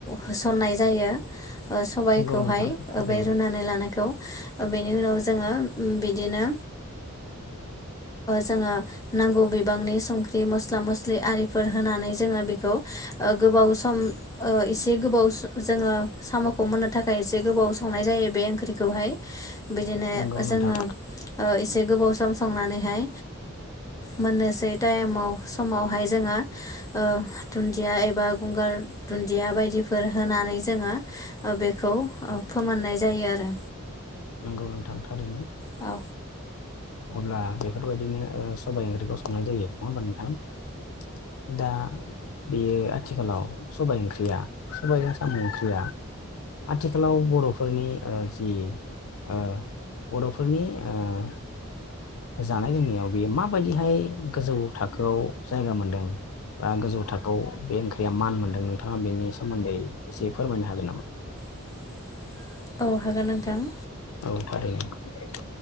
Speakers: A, on the left; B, on the left.
A: होसननाय जायो। सबायखौहाय
B: नंगौ नोंथां थारैनो
A: बे रुनानै लानायखौ बेनि उनाव जोङो बिदिनो जोङो नांगौ बिबांनि सं ख्रि मस्ला मस्लि आरिफोर होनानै जोङो बेखौ गोबाव सम एसे गोबाव जोङो साम'खौ मोननो थाखाय एसे गोबाव संनाय जायो बे ओंख्रिखौहाय बिदिनो
B: नंगौ नोंथां
A: जोङो ओह इसे एसे गोबाव सम संनानैहाय मोननोसै टाइमाव समावहाय जोङो ओ दुन्दिया एबा गंगार दुन्दिया बायदिफोर होनानै जोङो बेखौ ओ फोमोननाय जायो आरो।
B: नंगौ नोंथां थारैनो
A: औ
B: अब्ला बेफोरबायदिनो सबाय ओंख्रिखौ संनाय जायो नङा होमबा नोंथां? दा बेयो आथिखालाव सबाइ ओंख्रिया सबाइजों साम' ओंख्रिया आथिखालाव बर' फोरनि ओह जि ओह बर'फोरनि ओह जानाय लोंनायाव बियो माबायदिहाय गोजौ थाखोआव जायगा मोनदों? बा गोजौ थाखोआव बे ओंख्रिया मान मोन्दों नोंथाङा बेनि सोमोन्दै एसे फोरमायनो हागोन नामा?
A: <inaudible> औ हागोन नों।
B: औ थारैनो <unintelligible>